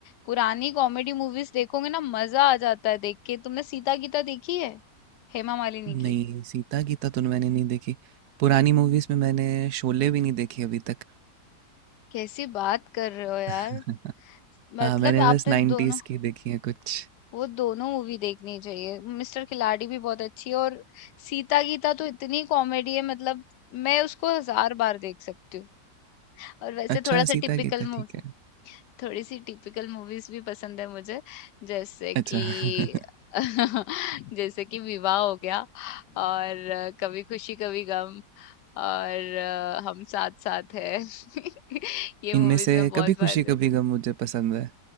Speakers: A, on the left; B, on the right.
A: पुरानी कॉमेडी मूवीज देखोगे ना मजा आ जाता है देख के तुमने सीता गीता देखी है हेमा मालिनी
B: नहीं
A: की
B: सीता गीता तो मैंने नहीं देखी पुरानी मूवीज़ में मैंने शोले भी नहीं देखी अभी तक
A: कैसी बात कर रहे हो यार
B: <laughs> हाँ
A: मतलब
B: मैंने
A: आपने
B: बस नाइन्टीज़
A: दोनों
B: की देखी है कुछ
A: वो दोनों मूवी देखनी चाहिए मिस्टर खिलाड़ी भी बहुत अच्छी है और सीता गीता तो इतनी कॉमेडी है मतलब मैं उसको हजार बार देख सकती हूँ और वैसे
B: अच्छा
A: थोड़ा सा
B: सीता
A: टिपिकल
B: गीता
A: मूवी
B: ठीक है
A: थोड़ी सी टिपिकल मूवीज भी पसंद है मुझे जैसे कि
B: अच्छा <laughs>
A: <laughs> जैसे कि विवाह हो गया और अ, कभी खुशी कभी गम और अ, हम साथ साथ है <laughs> ये
B: इनमें
A: मूवीज
B: से
A: मैं बहुत
B: कभी खुशी
A: बार देख
B: कभी गम मुझे पसंद है